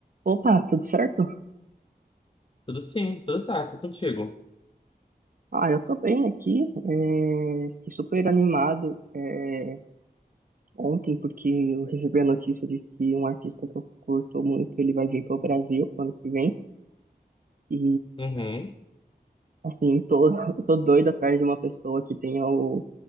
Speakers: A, on the right; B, on the left.
A: Opa, tudo certo?
B: Tudo sim, tudo certo, contigo.
A: Ah, eu tô bem aqui. É... Fiquei super animado é, ontem porque eu recebi a notícia de que um artista que eu curto muito, ele vai vir pro Brasil ano que vem. E
B: Uhum.
A: assim, tô, <laughs> eu tô doido atrás de uma pessoa que tenha o,